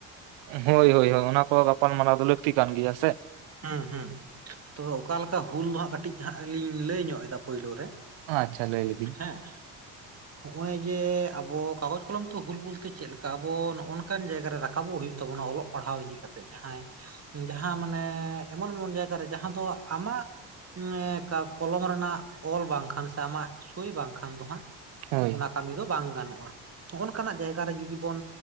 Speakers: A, on the right; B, on the right.
A: ᱦᱳᱭ ᱦᱳᱭ ᱦᱳᱭ ᱚᱱᱟ ᱠᱚ ᱜᱟᱯᱟᱞᱢᱟᱨᱟᱣ ᱫᱚ ᱞᱟᱹᱠᱛᱤ ᱠᱟᱱ ᱜᱮᱭᱟ ᱥᱮ᱾
B: ᱦᱩᱸ ᱦᱩᱸ ᱛᱚ ᱚᱠᱟᱞᱮᱠᱟ ᱦᱩᱞ ᱫᱚ ᱦᱟᱸᱜ ᱠᱟᱹᱴᱤᱡ ᱦᱟᱸᱜ ᱞᱤᱧ ᱞᱟᱹᱭ ᱧᱚᱜ ᱮᱫᱟ ᱯᱳᱭᱞᱳ ᱨᱮᱼᱼ
A: ᱟᱪᱪᱷᱟ ᱞᱟᱹᱭ ᱞᱮᱹᱭᱞᱮᱵᱤᱱ
B: ᱦᱮᱸ ᱱᱚᱜᱼᱚᱭ ᱡᱮ ᱟᱵᱚ ᱠᱟᱜᱚᱡᱽ ᱠᱚᱞᱚᱢ ᱛᱚ ᱦᱩᱞ ᱵᱩᱞᱛᱮ ᱪᱮᱫᱠᱟ ᱟᱵᱚ ᱱᱚᱜ ᱱᱚᱝᱠᱟᱱ ᱡᱟᱭᱜᱟ ᱨᱟᱠᱟᱵᱼᱼ ᱨᱟᱠᱟᱵᱚᱜ ᱦᱩᱭᱩᱜ ᱛᱟᱵᱚᱱᱟ ᱚᱞᱚᱜ ᱯᱟᱲᱦᱟᱣ ᱤᱫᱤ ᱠᱟᱛᱮᱜ ᱡᱟᱦᱟᱸᱭ ᱡᱟᱦᱟᱸ ᱢᱟᱱᱮᱼᱼ ᱮᱢᱚᱱ ᱮᱢᱚᱱ ᱡᱟᱭᱜᱟᱨᱮ ᱡᱟᱦᱟᱸ ᱫᱚ ᱟᱢᱟᱜ, ᱠᱟ ᱠᱚᱞᱚᱢ ᱨᱮᱱᱟᱜ ᱚᱞ ᱵᱟᱝᱠᱷᱟᱱ ᱥᱮ ᱟᱢᱟᱜ ᱥᱳᱭ ᱵᱟᱝᱠᱷᱟᱱ ᱫᱚ ᱦᱟᱸᱜᱼᱼ
A: ᱦᱳᱭ
B: ᱚᱱᱟ ᱠᱟᱹᱢᱤ ᱫᱚ ᱵᱟᱝ ᱜᱟᱱᱚᱜᱼᱟ ᱱᱚᱜᱼᱱᱚᱝᱠᱟᱱᱟᱜ ᱡᱟᱭᱜᱟ ᱨᱮ ᱡᱩᱫᱤ ᱵᱚᱱ